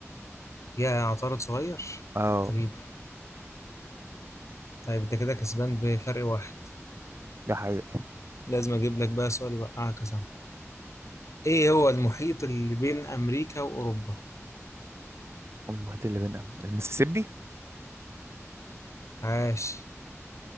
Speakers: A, on the left; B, on the right.
A: يا عطارد صغير
B: اه
A: غريبة طيب انت كده كسبان بفرق واحد
B: ده حقيقة
A: لازم اجيب لك بقى سؤال يوقعك يا صاحبي ايه هو المحيط اللي بين امريكا واوروبا
B: المحيط اللي بيننا المسيسيبي
A: عاش